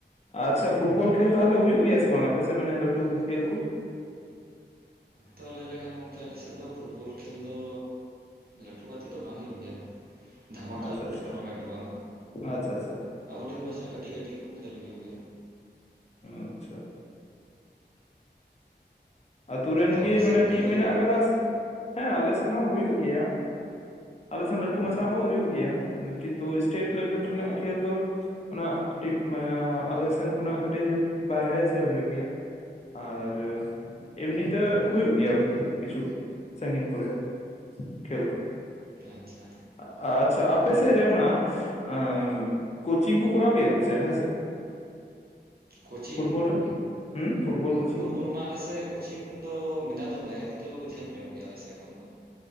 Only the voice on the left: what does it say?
ᱟᱪᱪᱷᱟ ᱯᱷᱩᱴᱵᱚᱞ ᱠᱷᱮᱞ ᱛᱟᱦᱚᱞᱮ ᱦᱩᱭᱩᱜ ᱜᱮᱭᱟ ᱥᱮ ᱵᱟᱝ ᱟᱯᱮᱥᱮᱫ ᱢᱟᱱᱮ ᱞᱟᱹᱴᱩ ᱠᱷᱮᱞ ᱠᱩ?
ᱟᱪᱪᱷᱟ
ᱟᱪᱪᱷᱟ
ᱟᱪᱪᱷᱟ ᱟᱪᱪᱷᱟ
ᱟᱪᱪᱷᱟ ᱟᱛᱩ ᱨᱮᱱ
ᱜᱮ
ᱢᱟᱱᱮ
ᱴᱤᱢ
ᱢᱮᱱᱟᱜ
ᱟᱠᱟᱫᱟ ᱦᱮᱸ ᱟᱞᱮ ᱥᱮᱫ ᱦᱚᱸ ᱦᱩᱭᱩᱜ ᱜᱮᱭᱟ ᱟᱞᱮ ᱥᱮᱱ ᱞᱟᱹᱴᱩ ᱢᱟᱪᱷᱟ ᱦᱚᱸ ᱦᱩᱭᱩᱜ ᱜᱮᱭᱟ ᱠᱤᱱᱛᱩ ᱥᱴᱮᱴ ᱞᱮᱵᱮᱞ ᱨᱮᱱᱟᱜ ᱠᱷᱮᱞ ᱫᱚ ᱚᱱᱟ ᱠᱟᱹᱴᱤᱡ ᱟᱞᱮ ᱥᱮᱱ ᱠᱷᱚᱱᱟᱜ ᱠᱟᱹᱴᱤᱡ ᱵᱟᱦᱨᱮ ᱥᱮ ᱦᱩᱭᱩᱜ ᱜᱮᱭᱟ ᱟᱨ ᱮᱢᱱᱤ ᱛᱮ ᱦᱩᱭᱩᱜ ᱜᱮᱭᱟ ᱠᱤᱪᱷᱩ ᱥᱟᱺᱜᱤᱧ ᱠᱚᱨᱮ ᱠᱷᱮᱞ ᱠᱚ
ᱟᱪᱪᱷᱟ ᱟᱯᱮ ᱥᱮᱫ ᱨᱮ ᱚᱱᱟ ᱟ ᱠᱳᱪᱤᱝ ᱠᱚ ᱠᱚᱨᱟᱣ ᱜᱮᱭᱟ ᱠᱚᱥᱮ ᱦᱮᱸ ᱥᱮ
ᱯᱷᱩᱴᱵᱚᱞ ᱦᱩ ᱯᱷᱩᱴᱵᱚᱞ ᱠᱚᱪ